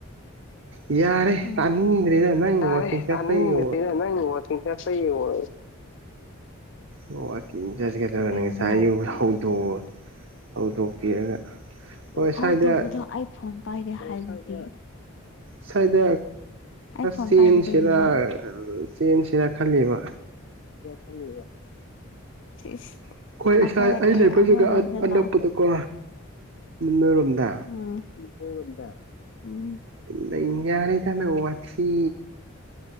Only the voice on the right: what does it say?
ꯌꯥꯔꯦ
ꯇꯥꯅꯤꯡꯗ꯭ꯔꯦꯗ ꯅꯪ
ꯋꯥꯛꯀꯤꯡ ꯆꯠꯄꯩ
ꯍꯣꯏ ꯀꯤꯡ ꯆꯠꯒꯗꯧꯒꯅ
ꯉꯁꯥꯏ ꯑꯌꯨ ꯍꯧꯗꯣꯛꯎ ꯍꯧꯗꯣꯛꯄꯤꯔꯒ ꯍꯣꯏ
ꯁ꯭ꯋꯥꯏꯗ
ꯁꯥꯏꯗ
ꯆꯦꯟꯁꯤꯔ
ꯆꯦꯟꯁꯤꯔꯥ ꯈꯜꯂꯤꯕ
ꯑꯩꯈꯣꯏ
ꯏꯁꯥ ꯑꯩ
ꯂꯩꯕ ꯖꯒꯥ
ꯑꯅꯛꯄꯗꯀꯣ ꯅꯣꯏꯔꯣꯝꯗ
ꯅ ꯌꯥꯔꯦꯗ ꯅ ꯋꯥꯊꯤ